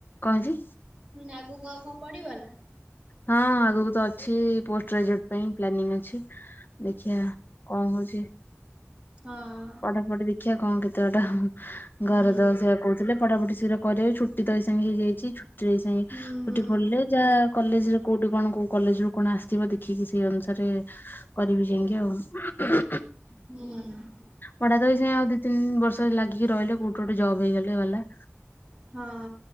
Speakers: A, on the left (about 40°); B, on the right (about 20°).
A: କହେଇଚି।
B: ମୁଁ କହିନୀ ଆଗକୁଆଉ କଣ ପଡିବ ନା।
A: ହଁ ଆଗକୁ ତ ଅଛି ପୋଷ୍ଟ ଗ୍ରାଜୁଏଟ ପାଇଁ ପ୍ଲାନିଂ ଅଛି। ଦେଖିଆ କଣ ହଉଛି।
B: ହଁଅଁ।
A: ପଟା ପଟି ଦେଖିବା କଣ କେତେ ବାଟ
B: ହୁଁ।
A: ଘରେ ତ ସେଇଆ କହୁଥିଲେ। ପଢାପଢି ଶୀଘ୍ର କରିବେ ଛୁଟି ତ ଏଇ ସାଙ୍ଗେ ହେଇଯାଇଛି ଛୁଟିରେ ଏଇ ସାଙ୍ଗେ
B: ହୁଁ
A: ଛୁଟି
B: ହୁଁ।
A: ଖୋଲିଲେ ଯହା। କଲେଜରେ କୋଉଠି କଣ କୋଉ କଲେଜ ରୁ କଣ ଆସିଥିବ ଦେଖିକି ସେଇ ଅନୁସାରେ। କରିବି ଯାଇକି ଆଉ।
B: ହୁଁ।
A: ପଢା ତ ବି ସେ ଆଉ ଦିଇ ତିନି ବର୍ଷ ଲାଗିକି ରହିଲେ କୋଉଠି ଗୋଟେ ଜବ୍ ହେଇଗଲେ ଗଲା।
B: ହଁ